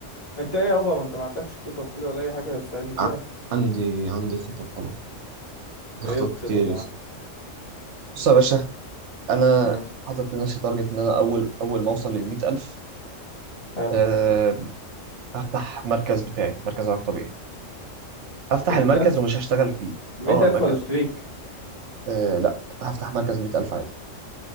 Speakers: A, on the left; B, on the right.
A: انت ايه يابا ما انت ما عندكش خطط كده ولا اي حاجه تساعدني بيها
B: ع- عندي عندي خطط طبعا عندي
A: ايه
B: خطط
A: الخطط
B: كتير يا
A: يا معلم
B: اسطى بص يا باشا انا
A: امم
B: حاطط لنفسي تارجت ان انا اول اول ما اوصل لل 100000
A: حلو
B: أه هفتح مركز بتاعي مركز علاج طبيعي هفتح
A: ب 100000
B: المركز ومش هشتغل فيه
A: 100000
B: اه المركز
A: ولا شريك
B: أه لا هفتح مركز 100000 عادي